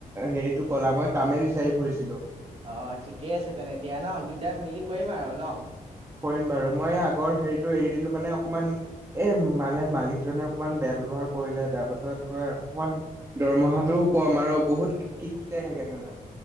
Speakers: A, on the right; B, on the right.
A: হেৰিটো ক'লা, মই কামে বিচাৰি ফুৰিছিলো।
B: অ', ঠিকে আছে তেনে দিয়া ন। দুয়োটাই মিলি কৰিম আৰু ন?
A: কৰিম বাৰু। মই এই আগৰ হেৰিটো এৰি দিলো মানে অকমান এ মানে মালিকজনে অকমান বেয়া ব্যৱহাৰ কৰিলে, তাৰপাছত তোমাৰ অকমান দৰমহাটোও কম আৰু বহুত কিত-কিটাই থাকে তাৰমানে।